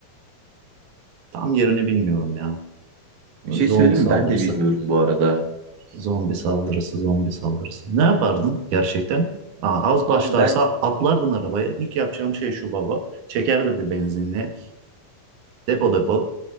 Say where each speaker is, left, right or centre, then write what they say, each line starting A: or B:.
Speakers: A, on the right; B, on the right.
A: Tam yerini bilmiyorum ya.
B: Bir şey
A: Zombi
B: söyleyeyim
A: saldırısı.
B: mi? Ben de bilmiyorum bu arada.
A: Zombi saldırısı, zombi saldırısı. Ne yapardım gerçekten? Aa, az
B: Abi
A: başlarsa
B: ben
A: atlardın arabaya. İlk yapacağım şey şu baba. Çekerdim bir benzinli. Depo depo.